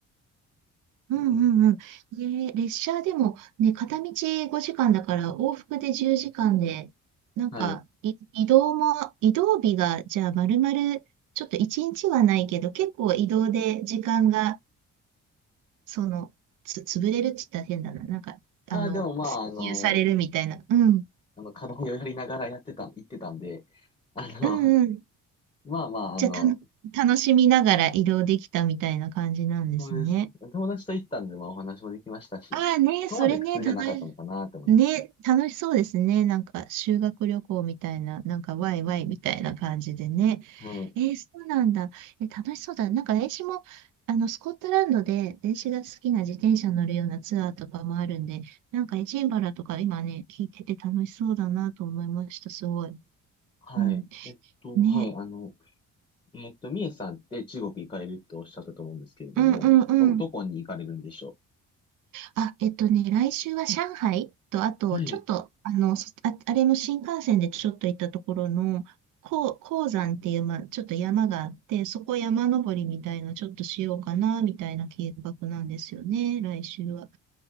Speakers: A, on the right; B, on the left.
A: うんうんうん。
B: えー
A: ね、列車でもね、片道5時間だから往復で10時間で、なんかい移動も、
B: はい。
A: 移動日がじゃあ丸々ちょっと1日はないけど、結構移動で時間が、その、つ、潰れるって言ったら変だな。なんか、
B: ああ、
A: あの、
B: でもまあ、
A: 占有されるみたいな。
B: あの、
A: うん。
B: あの、課題をやりながらやってた、行ってたんで、あの、
A: うんうん。
B: <laughs> まあまあ、あの、
A: じゃあたの、楽しみながら移動できたみたいな感じなんですね。
B: そうです。友達と行ったんで、まあお話もできましたし、
A: ああね、
B: そこまで苦痛じゃなかったのかなと思いますね。
A: それね、ただ、ね、楽しそうですね。なんか修学旅行みたいな、なんかワイワイみたいな感じでね。
B: はい。
A: えーそうなんだ。え、楽しそうだ。なんか子も、あの、スコットランドで電子が好きな自転車乗るようなツアーとかもあるんで、なんかエジンバラとか今ね、聞いてて楽しそうだなと思いました。すごい。
B: はい。
A: うん。
B: えっと、
A: ね。
B: はい。あの、えっと、みえさんって中国行かれるとおっしゃったと思うんですけれども、
A: うんうん
B: ど、どこに行かれるんでしょ
A: あ、えっとね、来週は上海と、あと、
B: う。はい。
A: ちょっと、あの、そあ、あれも新幹線でちょっと行ったところの、こう鉱山っていう、まあ、ちょっと山があって、そこ山登りみたいな、ちょっとしようかな、みたいな計画なんですよね、来週は。